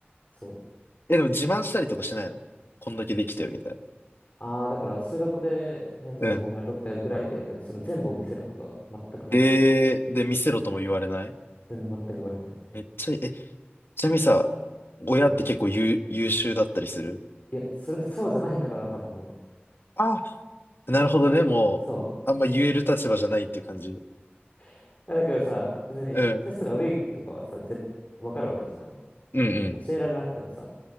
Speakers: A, on the left (about 35°); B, on the left (about 65°).
A: そう。
B: え、でも自慢したりとかしないのこんだけできたよ、みたい
A: ああ、だから数学で偏差値でこんぐらい取ったよぐらいで、
B: な。うん。
A: なんかその全部を見せることは全くなかった。
B: ええで、見せろとも言われない
A: 全全く言われない。
B: めっちゃいい、え、ちなみにさ、親って結構優、
A: うん。
B: 優秀だったりする
A: いや、それがそうじゃないからだったと思うの。
B: あ、なるほどね。もう、
A: そう。
B: あんま言える立場じゃないっていう感じ。
A: いやだけどさ、別にテストが悪いとかはさ、
B: うん、
A: ぜ、わかるわけじゃん。
B: うん、うん。
A: 教えられなくてもさ。